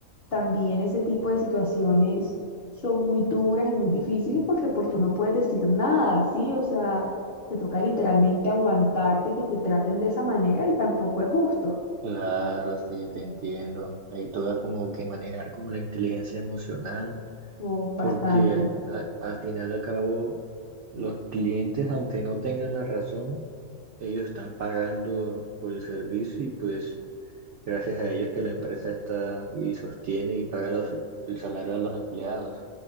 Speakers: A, on the left; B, on the right.
A: también ese tipo de situaciones son muy duras y muy difíciles porque pues tú no puedes decir nada, ¿sí? O sea, te toca literalmente aguantarte que te traten de esa manera y tampoco es justo.
B: Claro, sí, te entiendo. Ahí toca como que manejar como la inteligencia emocional,
A: Uf, bastante.
B: porque a- al final y al cabo los clientes, aunque no tengan la razón, ellos están pagando por el servicio y pues gracias a ellos que la empresa está y sostiene y paga los- el salario a los empleados.